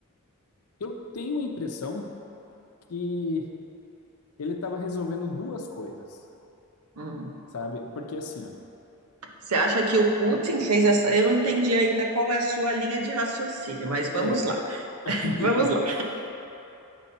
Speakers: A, on the left (about 80°); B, on the right (about 85°).
A: eu tenho a impressão que ele estava resolvendo duas coisas,
B: Uhum.
A: sabe? Porque assim, ó,
B: Você acha que o Putin fez essa? Eu não entendi ainda qual é a sua linha de raciocínio, mas vamos
A: é,
B: lá.
A: <laughs>
B: Vamos lá.